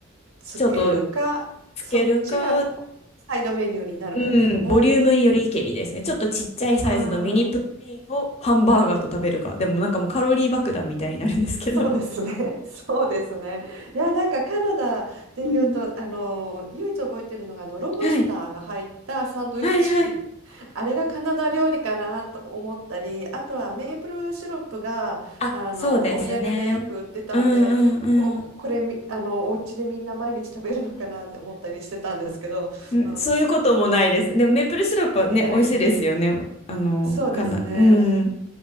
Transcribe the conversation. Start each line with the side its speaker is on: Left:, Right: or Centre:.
Right: つけるか、
Left: ちょっとつけるか、
Right: そっちがサイドメニューになるかですよね。
Left: うん、ボリュームによりけりですね。ちょっとちっちゃいサイズのミニプルテインをハンバーガーと食べるか。
Right: ああ。
Left: でもなんかもうカロリー爆弾みたいになるんですけど。
Right: そうですね。<laughs> そうですね。いや、なんかカナダっていうと、
Left: うん
Right: あの、唯一覚えてるのが、あの、ロブスターが入ったサンドイッチ。
Left: はい。はいはい。
Right: <laughs> あれがカナダ料理かなとか思ったり、あとはメープルシロップが、
Left: あ、
Right: あの、
Left: そうですね。
Right: お土産でよく売ってたんで、
Left: うんうんうん。
Right: こ、これみ、あの、お家でみんな毎日食べるのかなって思ったりしてたんですけど、<laughs>
Left: んそういうこともないです。
Right: まあ、
Left: でもメープルシロップはね、
Right: ええ、
Left: 美味しいですよね。あの、
Right: そうですね。
Left: かな、うん。